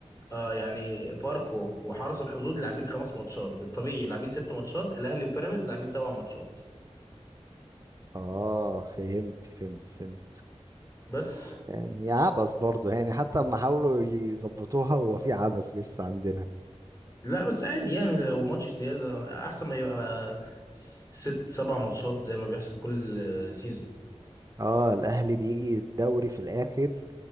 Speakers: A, on the left (about 25°); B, on the right (about 30°).
A: اه يعني فاركو وحرس الحدود لاعبين خمس ماتشات الطبيعي لاعبين ست ماتشات الاهلي وبيراميدز لاعبين سبع ماتشات
B: اه فهمت فهمت فهمت
A: بس
B: يعني عبث برضه يعني حتى اما حاولوا يظبطوها هو في عبث لسه عندنا
A: لا بس عادي يعني لو ماتش زياده احسن ما يبقى ست سبع ماتشات زي ما بيحصل كل آه، سيزون
B: اه الاهلي بيجي الدوري في الاخر